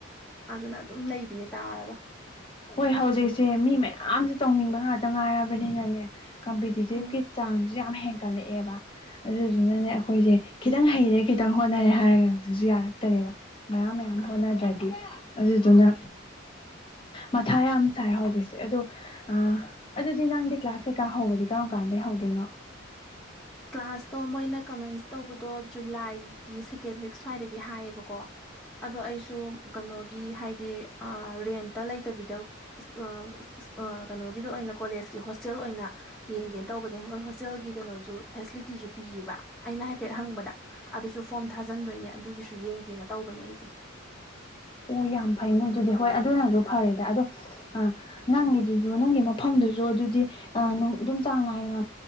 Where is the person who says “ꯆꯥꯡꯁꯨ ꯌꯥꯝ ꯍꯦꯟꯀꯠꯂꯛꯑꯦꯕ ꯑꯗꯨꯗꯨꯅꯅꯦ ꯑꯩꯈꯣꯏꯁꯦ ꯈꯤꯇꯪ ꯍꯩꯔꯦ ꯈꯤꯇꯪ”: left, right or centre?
Left